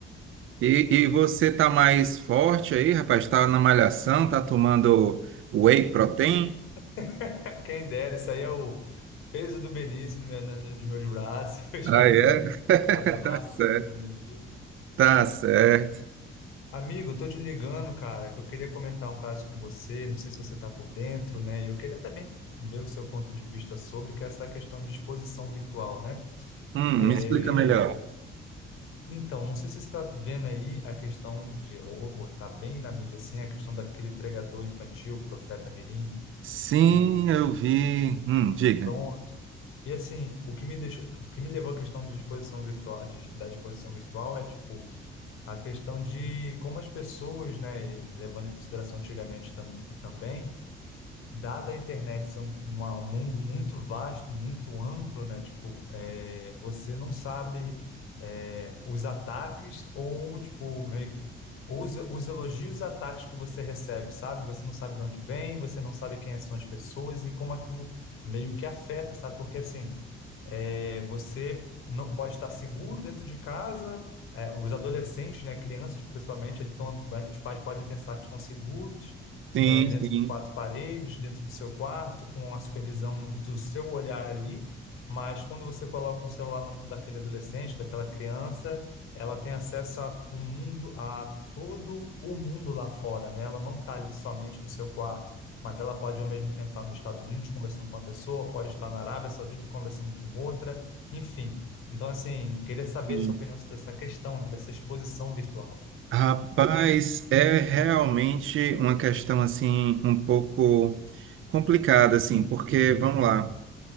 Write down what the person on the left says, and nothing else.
<laughs> Quem dera, isso aí é o peso do Benício no meu- na- nos meus braços, <laughs>
carregando
ele
para baixo,
não doeu.
Amigo, eu tô te ligando, cara, que eu queria comentar um caso com você, não sei se você está por dentro, né? E eu queria também ver o seu ponto de vista sobre, que é essa questão de exposição virtual, né?
É,
Então, não sei se você está vendo aí a questão de, ou, ou tá bem na mídia assim, a questão daquele pregador infantil, profeta Mirim,
que
pronto. E assim, o que me deixou, o que me levou à questão de exposição virtual, de- da exposição virtual é tipo a questão de como as pessoas, né, levando em consideração antigamente tam, também dada a internet ser um, uma- um mundo muito vasto, muito amplo, né? Tipo, é, você não sabe é, os ataques ou, tipo, meio que os, os elogios e os ataques que você recebe, sabe? Você não sabe de onde vem, você não sabe quem são as pessoas e como aquilo meio que afeta, sabe? Porque, assim, é, você não pode estar seguro dentro de casa, é, os adolescentes, né, crianças, principalmente, eles tão, os pais podem pensar que estão seguros,
é, dentro
de quatro paredes, dentro do seu quarto, com a supervisão do seu olhar ali. Mas quando você coloca um celular na mão daquele adolescente, daquela criança, ela tem acesso a um mundo, a todo o mundo lá fora, né? Ela não está ali somente no seu quarto, mas ela pode ao mesmo tempo estar nos Estados Unidos conversando com uma pessoa, pode estar na Arábia Saudita conversando com outra, enfim. Então, assim, queria saber
sua opinião sobre essa questão, né, dessa exposição virtual.